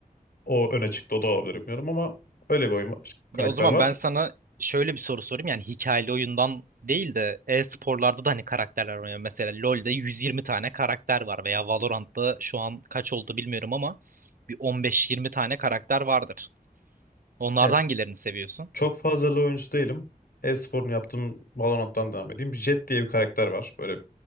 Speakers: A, on the left; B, on the right.
A: O öne çıktı o da olabilir bilmiyorum ama öyle bir oyun var, karakter
B: Ya o zaman
A: var.
B: ben sana şöyle bir soru sorayım. Yani hikayeli oyundan değil de e-sporlarda da hani karakterler var. Yani Mesela LoL'de 120 tane karakter var veya Valorant'ta şu an kaç oldu bilmiyorum ama bir 15-20 tane karakter vardır. Onlardan
A: Ya
B: hangilerini seviyorsun?
A: Çok fazla LoL oyuncusu değilim. E-sporunu yaptığım Valorant'tan devam edeyim. Jett diye bir karakter var. Böyle